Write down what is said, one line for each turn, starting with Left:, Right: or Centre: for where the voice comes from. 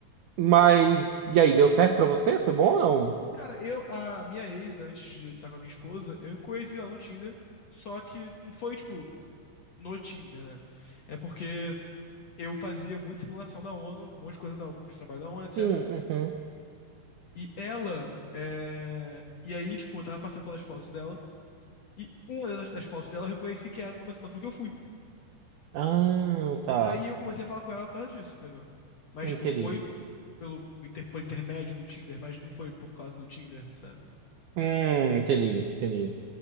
Right: Mas e aí, deu certo para você? Foi bom ou não?
Left: Cara, eu, a minha ex, antes de estar com a minha esposa, eu conheci ela no Tinder. Só que não foi, tipo, no Tinder, né? É porque eu fazia muita simulação da ONU, um monte de coisa da, de trabalho da ONU, etc.
Right: Sim, uhum.
Left: E ela. é, E aí, tipo, eu tava passando pelas fotos dela. E uma das, das fotos dela eu reconheci que era numa simulação que eu fui.
Right: Ah, tá.
Left: Aí eu comecei a falar com ela por causa disso, entendeu? Mas,
Right: Entendi.
Left: tipo, foi pelo inter- por intermédio do Tinder, mas não foi por causa do Tinder, sabe?
Right: Hum, entendi, entendi.